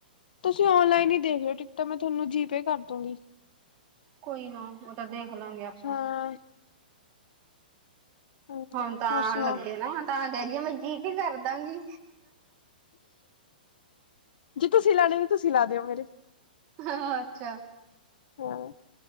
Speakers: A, on the left; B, on the right.
A: ਤੁਸੀਂ ਓਨਲਾਈਨ ਹੀ ਦੇਖ ਲੋ ਟਿਕਟਾਂ। ਮੈਂ ਤੁਹਾਨੂੰ ਜੀ ਪੇ ਕਰ ਦੂੰਗੀ।
B: ਕੋਈ ਨਾ ਉਹ ਤਾਂ ਦੇਖਲਾਂ ਗੇ ਆਪਾਂ।
A: ਹਾਂ ਹੋਰ
B: ਹੁਣ ਤਾਂ
A: ਸੁਣਾਓ
B: ਆਉਣ ਲੱਗੇ ਨਾ ਤਾਂ ਕਹਿ ਰਹੀ ਏ ਮੈਂ ਜੀ ਪੇ ਕਰ ਦਾਂਗੀ।
A: ਜੇ ਤੁਸੀਂ ਲਾਣੇ ਨੇ। ਤੁਸੀਂ ਲਾ ਦਿਓ ਮੇਰੇ।
B: ਹਾਂ ਹਾਂ ਅੱਛਾ।
A: ਹਾਂ